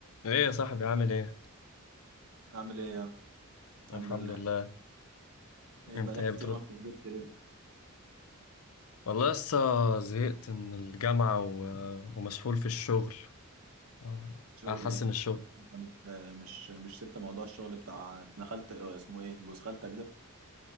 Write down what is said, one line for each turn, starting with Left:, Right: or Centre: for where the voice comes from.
Left: ايه يا صاحبي عامل ايه؟
Right: عامل ايه يا الحمد
Left: الحمد
Right: لله
Left: لله
Right: ايه
Left: انت
Right: بقالك
Left: ايه
Right: كتير
Left: بترد؟
Right: ما بتنزلش ليه
Left: والله لسه زهقت من الجامعة و... ومسحول في الشغل آه،
Right: شغل
Left: احسن
Right: ايه
Left: الشغل
Right: انت مش مش مش سبت موضوع الشغل بتاع ابن خالتك اه، اسمه ايه جوز خالتك ده